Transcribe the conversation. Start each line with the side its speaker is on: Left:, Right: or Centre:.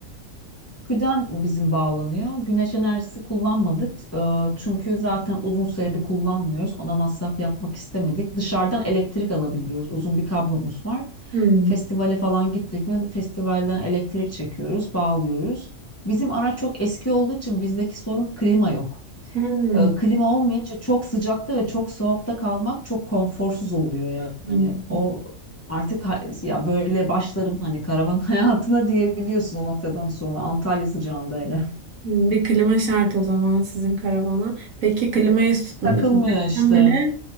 Left: Güden bizim bağlanıyor. Güneş enerjisi kullanmadık. E, çünkü zaten uzun süreli kullanmıyoruz. Ona masraf yapmak istemedik. Dışarıdan elektrik alabiliyoruz. Uzun bir kablomuz var.
Right: Hmm.
Left: Festivale falan gittik mi festivalden elektrik çekiyoruz, bağlıyoruz. Bizim araç çok eski olduğu için bizdeki sorun klima yok.
Right: Hmm.
Left: E, klima olmayınca çok sıcakta ve çok soğukta kalmak çok konforsuz oluyor
Right: Hmm.
Left: yani. O artık ha- ya böyle başlarım hani karavan <laughs> hayatına diyebiliyorsun o noktadan sonra Antalya sıcağında hele.
Right: Hmm, Bir klima şart o zaman sizin karavana. Peki klimayı tutun
Left: Takılmıyor işte.
Right: bile